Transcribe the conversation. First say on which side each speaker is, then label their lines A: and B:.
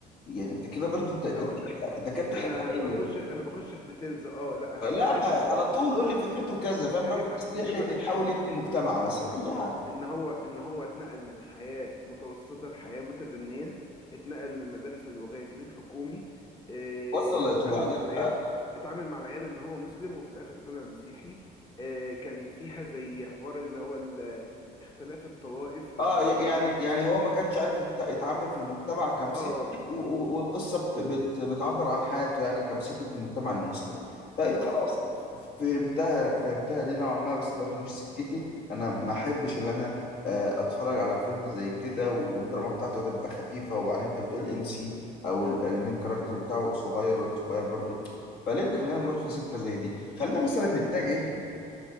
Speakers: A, on the left (about 70°); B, on the left (about 25°).
A: يعني انت كده برضو انت انت
B: هقول
A: بتحرق-
B: لك
A: انت كده بتحرق
B: انا
A: عليا
B: بخش انا بخش في ديتيلز اه لا
A: لا
B: ه- هجيب
A: ما
B: لك الخلاصه
A: على طول قول لي فكرته كذا فاهم
B: هجيب
A: راجل
B: لك
A: مسيحي
B: هجيب لك
A: بيحاول
B: الخلاصه
A: يبني مجتمع مثلا اي حاجه
B: ان هو ان هو اتنقل من حياه متوسطه لحياه متدنيه اتنقل من مدارس اللغات للحكومي اه،
A: وصلت
B: اتعامل
A: وبعدين
B: مع العيال اتعامل مع العيال ان هو مسلم وفي الاخر طلع مسيحي اه، كان فيها زي حوار اللي هو ال- اختلاف الطوائف والحاجات
A: اه ي-
B: دي
A: يعني يعني هو ما كانش عارف يت- يتعامل في المجتمع كمسيحي
B: اه
A: و- و- والقصه بت بت بتعبر عن حياته يعني كمسيحي في المجتمع المسلم طيب
B: بالظبط
A: خلاص فهمتها فهمتها دي نوعا ما بس برضو مش سكتي انا ما احبش ان انا آه، اتفرج على فيلم زي كده و- والدراما بتاعته هتبقى خفيفه وبعدين انت بتقول ام سي او ال- المين كاركتر بتاعه صغير ولد صغير برضو فليه خلينا نروح في سكه زي دي خلينا مثلا نتجه